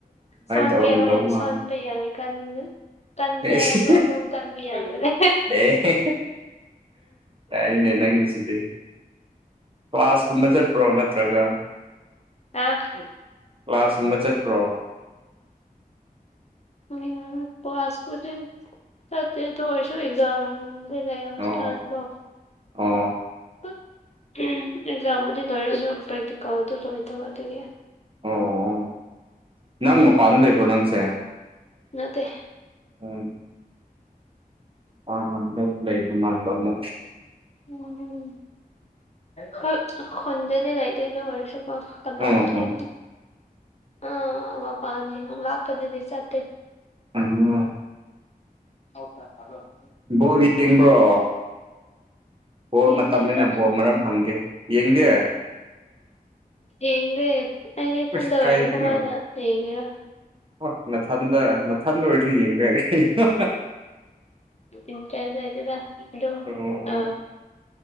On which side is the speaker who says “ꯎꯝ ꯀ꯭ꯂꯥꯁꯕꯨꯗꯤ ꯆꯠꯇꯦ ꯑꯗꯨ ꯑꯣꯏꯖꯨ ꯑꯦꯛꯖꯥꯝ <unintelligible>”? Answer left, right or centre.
Left